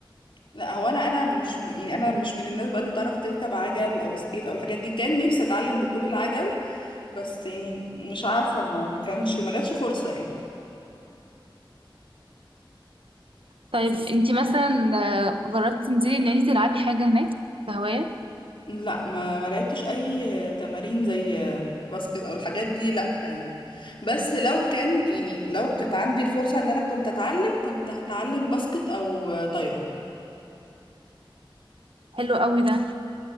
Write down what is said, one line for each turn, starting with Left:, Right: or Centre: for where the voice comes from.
Left: لا هو انا انا مش يعني انا مش من الناس بقى اللي بتعرف تركب عجل او سكيت او الحاجات دي كان نفسي اتعلم ركوب العجل بس يعني مش عارفة ما ما كانش ما جاتش فرصة يعني
Right: طيب انتي مثلا آه، جربتي تنزلي ان انتي تلعبي حاجة هناك كهواية
Left: لا ما ما لعبتش اي تمارين زي باسكت او الحاجات دي لا يعني بس لو كان يعني لو كانت عندي الفرصة ان انا كنت اتعلم كنت هتعلم باسكت او طايرة
Right: حلو قوي ده